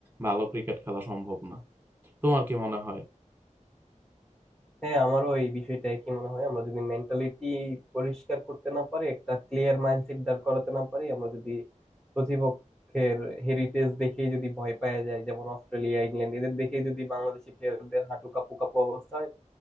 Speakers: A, on the right (about 15°); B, in the centre.
A: ভালো ক্রিকেট খেলা সম্ভব না তোমার কি মনে হয়
B: হ্যাঁ আমারও এই বিষয়টা কি মনে হয় আমরা যদি মেন্টালিটি পরিষ্কার করতে না পারি একটা ক্লিয়ার মাইন্ডসেট দাঁড় করাতে না পারি আমরা যদি প্রতিপক্ষের হেরিটেজ দেখেই যদি ভয় পাওয়া যায় যেমন অস্ট্রেলিয়া ইংল্যান্ড এদের দেখেই যদি বাংলাদেশি প্লেয়ারদের হাঁটু কাঁপু কাঁপু অবস্থা হয়